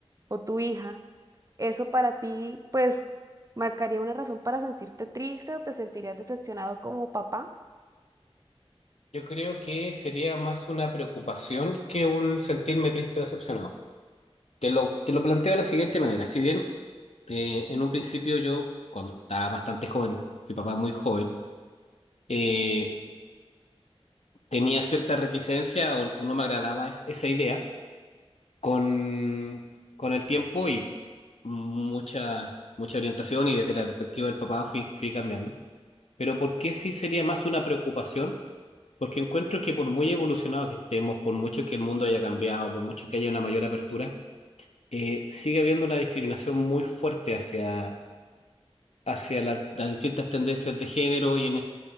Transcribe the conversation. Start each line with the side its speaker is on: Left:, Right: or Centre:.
Right: o tu hija, eso para ti, pues, marcaría una razón para sentirte triste o te sentirías decepcionado como papá.
Left: Yo creo que sería más una preocupación que un sentirme triste o decepcionado. Te lo, te lo planteo de la siguiente manera. Si bien eh, en un principio yo, cuando estaba bastante joven, fui papá muy joven, eh, tenía cierta reticencia o, o no me agradaba es- esa idea. Con, con el tiempo y mucha, mucha orientación y desde la perspectiva del papá fui, fui cambiando. Pero ¿por qué sí sería más una preocupación? Porque encuentro que por muy evolucionado que estemos, por mucho que el mundo haya cambiado, por mucho que haya una mayor apertura, eh, sigue habiendo una discriminación muy fuerte hacia, hacia las las distintas tendencias de género y, en,